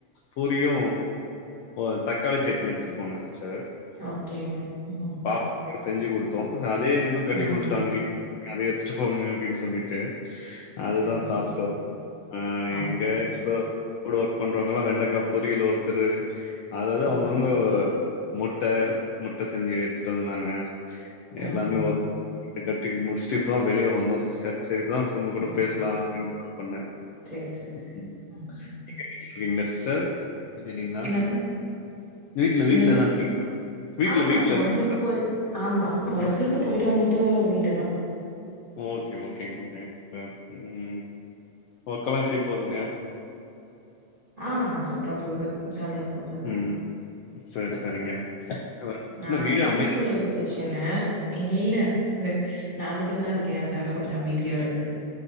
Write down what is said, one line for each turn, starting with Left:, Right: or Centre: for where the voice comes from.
Left: பூரியு ஓ தக்காளி சட்னி எடுத்துட்டுபோனே சிஸ்டர்
Right: ஓகே ம்
Left: பாப்பாவுக்கு செஞ்சு கொடுத்தோ சோ அதே எனக்கு கட்டி
Right: ம்
Left: கொடுத்துங்க வீட்டுல அதயே எத்துட்டு போங்க அப்டின்னு சொல்லிட்டு அதுதா
Right: சரி,
Left: சாப்பிட்டோ
Right: சரி.
Left: ஆஹ்
Right: ஓகே,
Left: எங்க
Right: ஓகே.
Left: ப்ரோ கூட ஒர்க் பண்றவாங்கல்லா வெண்டைக்கா பொரியலு ஒருத்தரு அதாவது
Right: ம்.
Left: அவுங்கவுங்க முட்ட முட்ட செஞ்சு எடுத்துட்டு வந்தாங்க
Right: ம்.
Left: எல்லாமே ஒ கட்டி முடிச்சுட்டு இப்பதா வெளிய வந்தோ சிஸ்டர் சேரி இப்பதா உங்க கூட
Right: ஓகே.
Left: பேசலா அப்டின்னு கால் பண்ணே
Right: சரி, சரி,
Left: <unintelligible>
Right: சரி. ம்.
Left: சிஸ்டர் குட் ஈவ்னிங்னா
Right: என்ன சார்?
Left: வீட்ல வீட்லதா
Right: என்னது?
Left: இருக்கீங்க வீட்ல
Right: ஆமா.
Left: வீட்ல இருக்கீங்க
Right: ஒர்க்குக்கு போய் ஆமா ஒர்க்குக்கு போயிட்டு வந்துட்டு வீடுதா
Left: ஓகே ஓகேங்க ஓகேங்க சிஸ்டர் ம் ஒர்க்கலா எப்டி போவ்துங்க
Right: அஹ சூப்ரா போவ்து ஜாலியா போவ்து
Left: ம். சரி, சரிங்க. அதான்
Right: நா
Left: என்ன வீடு
Right: பிரீ
Left: அமை
Right: ஸ்கூல் எஜிகேஷனு இல்ல நா மட்டுதா இருக்கே அதனால கொஞ்சோ அமதியா இருக்குது